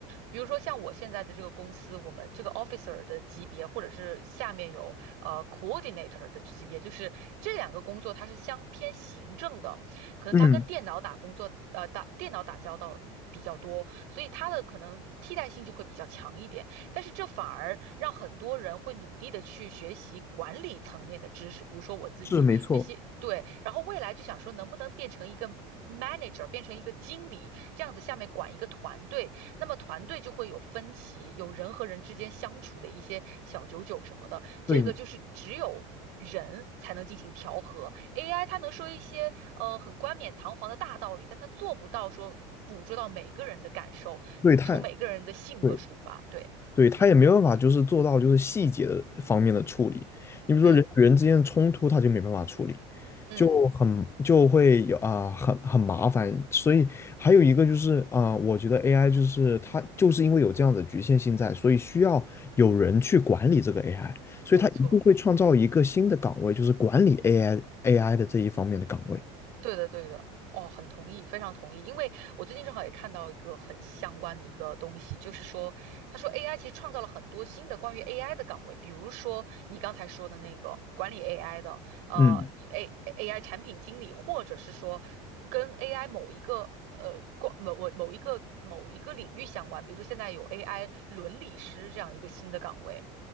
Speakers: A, on the right; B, on the left.
A: 比如说像我现在的这个公司，我们这个 officer 的级别，或者是下面有呃 coordinator 的级别，就是这两个工作它是相偏行政的。可能他跟电脑打工作，
B: 嗯，
A: 呃，打电脑打交道比较多，所以他的可能替代性就会比较强一点。但是这反而让很多人会努力的去学习管理层面的知识，比如说我自己学习，
B: 是没错。
A: 对，然后未来就想说能不能变成一个 manager，变成一个经理，这样子下面管一个团队，那么团队就会有分歧，有人和人之间相处的一些小九九什么的。这个就是只有人才能进行调和，AI
B: 对
A: 它能说一些呃很冠冕堂皇的大道理，但它做不到说捕捉到每个人的感受，
B: 对，他
A: 从每个人的性格出发。
B: 对
A: 对，
B: 对他也没办法，就是做到就是细节的方面的处理。你比如说人与人之间的冲突，
A: 嗯
B: 他就没办法处理，
A: 嗯，
B: 就很就会有啊、很很麻烦。所以还有一个就是啊、我觉得 AI 就是它就是因为有这样的局限性在，所以需要有人去管理这个 AI，所以它一定会创造一个新的岗位，
A: 没错。
B: 就是管理 AI AI 的这一方面的岗位。
A: 对的，对的，哦，很同意，非常同意。因为我最近正好也看到一个很相关的一个东西，就是说，他说 AI 其实创造了很多新的关于 AI 的岗位，比如说你刚才说的那个管理 AI 的，呃，A
B: 嗯，
A: AI 产品经理，或者是说跟 AI 某一个呃关某某某一个某一个领域相关，比如说现在有 AI 伦理师这样一个新的岗位。